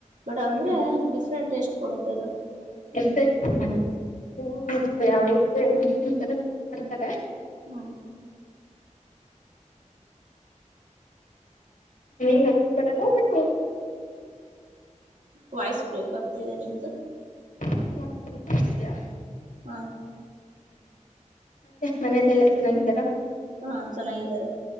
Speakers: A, on the right; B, on the left.
A: ಬಟ್
B: ಹ್ಮ್
A: ಅಂದ್ರೆ ಡಿಫ್ರೆಂಟ್ ಟೆಷ್ಟು ಕೊಡುತಲ್ಲ
B: ಸಷ್ಟ <unintelligible> ಹ್ಮ ಅವ ಸ ಚ ಮಾಡ್ತಾರೆ <unintelligible>
A: ಹ್ಮ್
B: ನೀ ಅಷ್ಟು ಬರಲ್ಲ ಬಟ್ ಚ
A: ವಾಯ್ಸ್ ಬ್ರೇಕ್ ಆಗ್ತಾ ಇದೆ ನಿಮ್ದು
B: ವಾಯ್ಸ್ ಬ್ರೇಕ್ ಬರ್ತಿದೀಯಾ
A: ಹ್ಮ್
B: ಹ್ಮ ಮತ್ತೆ ಮನೇಲಿ ಎಲ್ಲಾ ಚೆನ್ನಾಗಿ ಇದಾರ
A: ಹಾ ಚೆನ್ನಾಗಿದ್ದಾರೆ